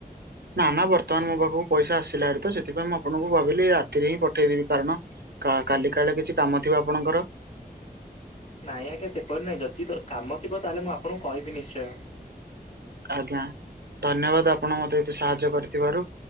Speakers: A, on the right (about 80°); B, on the left (about 45°).
A: ନା ନା ବର୍ତ୍ତମାନ ମୋ ପାଖକୁ ପଇସା ଆସିଲାତ ସେଥିପାଇଁ ମୁଁ ଆପଣଙ୍କୁ ଭାବିଲି ରାତିରେହିଁ ପଠେଇଦେବି କାରଣ। କା କାଲି କାଳେ କିଛି କାମଥିବ ଆପଣଙ୍କର।
B: ନାଇଁ ଆଜ୍ଞା ସେପରି ନାଇଁ ଯଦିତ କାମଥିବ ତାହେଲେ ମୁଁ ଆପଣଙ୍କୁ କହିବି ନିଶ୍ଚୟ।
A: ଆଜ୍ଞା ଧନ୍ୟବାଦ ଆପଣ ମତେ ଏତେ ସାହାଯ୍ୟ କରିଥିବାରୁ।